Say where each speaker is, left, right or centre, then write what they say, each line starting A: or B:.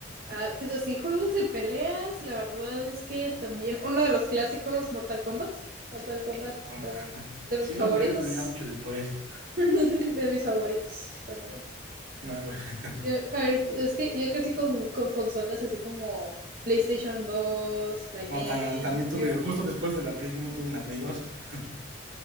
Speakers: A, on the right (about 45°); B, on the right (about 75°).
A: Ah, pues así, juegos de peleas, la verdad es que también uno de los clásicos, Mortal Kombat. Mortal Kombat,
B: Ah,
A: ah,
B: <laughs>
A: de
B: sí
A: mis favoritos,
B: lo jugué, pero ya mucho después.
A: <laughs> de mis favoritos también.
B: No, bueno. <laughs>
A: Yo, a ver, es que yo crecí con, con consolas así como PlayStation dos la GameCube.
B: No, ta- también tuve, justo después de la Play Uno tuve una Play Dos. <laughs>